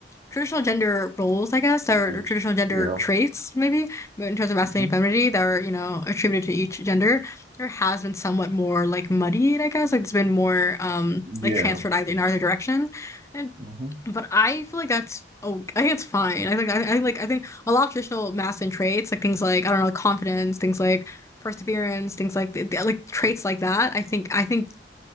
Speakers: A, on the left; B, on the right.
A: traditional gender roles I guess or,
B: Rules.
A: or traditional gender
B: Yeah.
A: traits maybe but in terms of masculinity
B: hmm
A: and femininity that are you know attributed to each gender there has been somewhat more like muddied I guess like it's been more um
B: Yeah.
A: like transferred either
B: It's.
A: in either direction and
B: hmm
A: but I feel like that's oh I think it's fine I think I, I like I think a lot of traditional masculine traits like things like I don't know like confidence things like perseverance things like th th- like traits like that I think I think